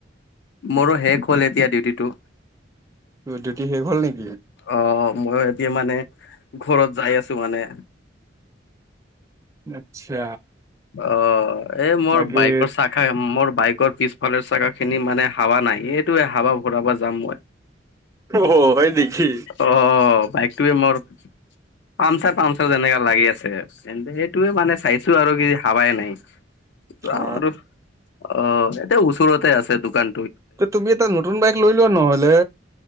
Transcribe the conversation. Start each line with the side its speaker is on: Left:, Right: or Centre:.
Left: মোৰো শেষ হ'ল এতিয়া, ডিউটিটো।
Right: তোৰ ডিউটি শেষ হ'ল নেকি?
Left: অ' মই এতিয়া মানে ঘৰত যাই আছো মানে।
Right: আচ্ছা
Left: অ' এই মোৰ
Right: বাকী
Left: বাইকৰ চা খা মোৰ বাইকৰ পিছফালে চাকা খিনি মানে হাৱা নাই। এইটোৱে হাৱা ভৰাব যাম মই।
Right: অ' হ' হয় নেকি?
Left: অঁ, বাইকটোৱে মোৰ পামচাৰ পামচাৰ যেনেকা লাগি আছে, চেন টোয়ে মানে চাইছো আৰু কি হাৱাই নাই ত'
Right: অ
Left: আমাৰো অ' তে ওচৰতে আছে দোকান।
Right: ত' তুমি এটা নতুন বাইক লৈ লোৱা নহ'লে।